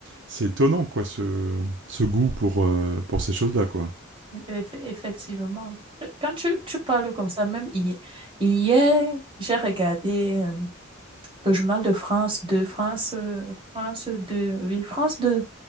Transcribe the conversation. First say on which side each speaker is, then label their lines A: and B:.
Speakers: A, on the right; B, on the right.
A: c'est étonnant, quoi, ce, ce goût pour, euh, pour ces choses-là, quoi.
B: eff- effectivement. Quand tu, tu parles comme ça, même hi- hier, j'ai regardé. euh, Le journal de France 2, France, euh, France 2, oui, France 2.